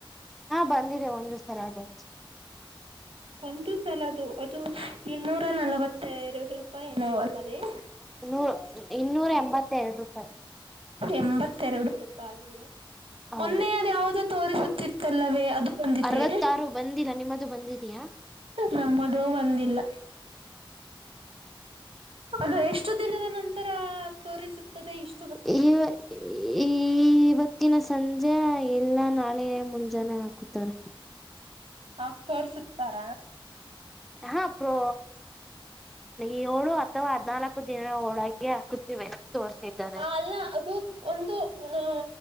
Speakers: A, in the centre; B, on the right (about 90°).
A: ಹಾ ಬಂದಿದೆ ಒಂದ ಸರ ಆಗುವ ಅಷ್ಟೆ
B: ಒಂದು ಸಲ ಅದು ಅದು ಇನ್ನೂರ ನಲವತ್ತೆರಡು ರೂಪಾಯಿ ಏನೋ ಅಲ್ಲವೇ
A: ನೂ ಇನ್ನೂರ ಎಂಬತ್ತೆರಡು ರೂಪಾಯಿ
B: ಎಂಬತ್ತೆರಡು ರೂಪಾಯಿ ಮೊನ್ನೆಯದ
A: ಹೌದು
B: ಯಾವ್ದು ತೋರಿಸುತ್ತಿತ್ತಲ್ಲವೇ ಅದು ಬಂದಿದೆ
A: ಅರವತ್ತಾರು ಬಂದಿಲ್ಲ ನಿಮ್ಮದು ಬಂದಿದಿಯಾ
B: ನಮ್ಮದು ಬಂದಿಲ್ಲ ಅದು ಎಷ್ಟು ದಿನದ ನಂತರ ತೋರಿಸುತ್ತದೆ ಇಷ್
A: ಈ ಈ ಸಂಜೆ ಇಲ್ಲ ನಾಳೆ ಮುಂಜಾನೆ ಆಗುತ್ತಾರೆ
B: ಹಾಗ್ ತೋರುಸುತ್ತಾರ
A: ಹ ಅಪ್ರೋ ಏಳು ಅಥವಾ ಹದ್ನಾಲ್ಕು ದಿನ ಹೋಳಾಗ ಹಾಕುತ್ತಿವೆ ತೋರ್ಸಿದ್ದಾರೆ
B: ಆ ಅಲ್ಲ ಅದು ಒಂದು ನ